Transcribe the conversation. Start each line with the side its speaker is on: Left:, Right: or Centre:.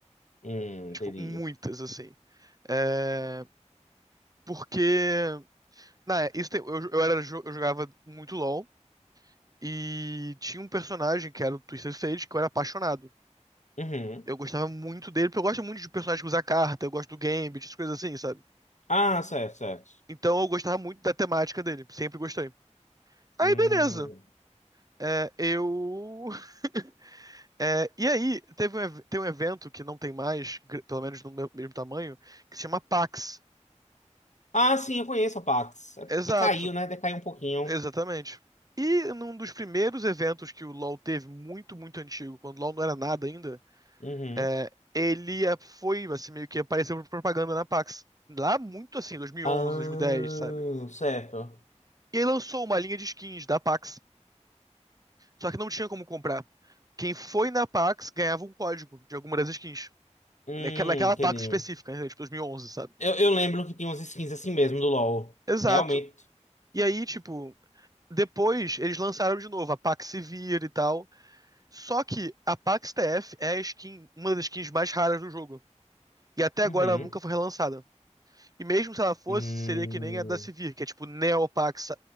Left: Hum,
Right: Tipo,
Left: entendi.
Right: muitas assim. É... Porque, na, isso tem- eu, eu era jo- eu jogava muito LoL. E tinha um personagem que era o Twisted Fate, que eu era apaixonado.
Left: Uhum.
Right: Eu gostava muito dele, porque eu gosto muito de personagens que usa carta, eu gosto do Gambit, essas coisas assim, sabe?
Left: Ah, certo, certo.
Right: Então eu gostava muito da temática dele, sempre gostei. Aí,
Left: Hum.
Right: beleza. É, eu. <laughs> É, e aí, teve um, ev- tem um evento que não tem mais, gr- pelo menos no meu- mesmo tamanho, que se chama PAX.
Left: Ah, sim, eu conheço a Pax.
Right: Exato,
Left: É- Caiu, né? Decaiu um pouquinho.
Right: exatamente. E num dos primeiros eventos que o LoL teve, muito, muito antigo, quando o LoL não era nada ainda,
Left: Uhum.
Right: É, ele é, foi, assim, meio que apareceu por propaganda na Pax. Lá muito assim, 2011,
Left: Ah,
Right: 2010, sabe?
Left: certo.
Right: E aí lançou uma linha de skins da Pax, só que não tinha como comprar. Quem foi na Pax ganhava um código de alguma das skins.
Left: Hum,
Right: Naquela, naquela
Left: entendi.
Right: Pax específica, né? Tipo 2011, sabe?
Left: Eu, eu lembro que tinha umas skins assim mesmo do LoL.
Right: Exato.
Left: Realmente.
Right: E aí, tipo, depois eles lançaram de novo a Pax Severe e tal. Só que a Pax TF é a skin, uma das skins mais raras do jogo. E até
Left: Uhum.
Right: agora ela nunca foi relançada. E mesmo se ela fosse,
Left: Hum.
Right: seria que nem a da Sivir, que é tipo Neopax